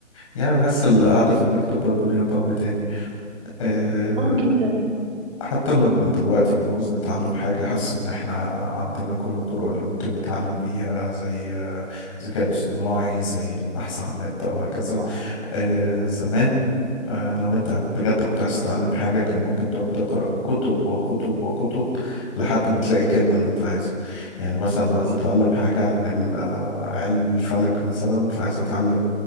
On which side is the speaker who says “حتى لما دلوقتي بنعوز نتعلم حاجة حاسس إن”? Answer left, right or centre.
Left